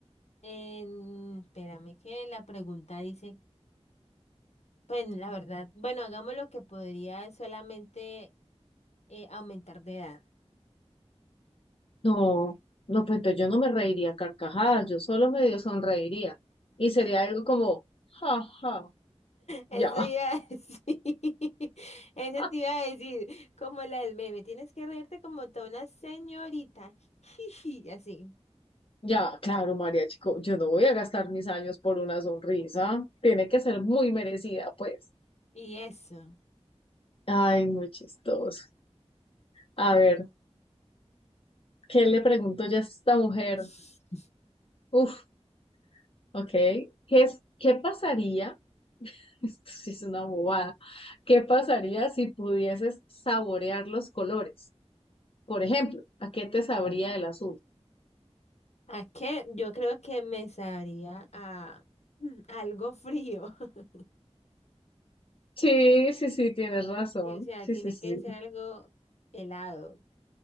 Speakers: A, on the left (about 70°); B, on the left (about 55°).
A: En- espérame que la pregunta dice, bueno, la verdad, bueno, hagamos lo que podría solamente eh, aumentar de edad.
B: No, no, pues entonces yo no me reiría a carcajadas, yo solo medio sonreiría. Y sería algo como, ja, ja,
A: Eso
B: ya,
A: iba a decir. <laughs> Eso
B: <laughs>
A: te iba a decir. Como la del meme. Tienes que reírte como toda una señorita. <laughs> Así.
B: ya, claro, María Chico, yo no voy a gastar mis años por una sonrisa. Tiene que ser muy merecida, pues.
A: Y eso.
B: Ay, muy chistoso. A ver, ¿qué le pregunto yo a esta mujer?
A: <laughs>
B: Uf, ok. ¿Qué es, qué pasaría? <laughs> Esto sí es una bobada. ¿Qué pasaría si pudieses saborear los colores? Por ejemplo, ¿a qué te sabría el azul?
A: ¿A qué? Yo creo que me sabría a mm, algo frío. <laughs>
B: Sí, sí, sí, tienes razón.
A: Sí, o sea,
B: Sí,
A: tiene
B: sí, sí.
A: que ser algo helado.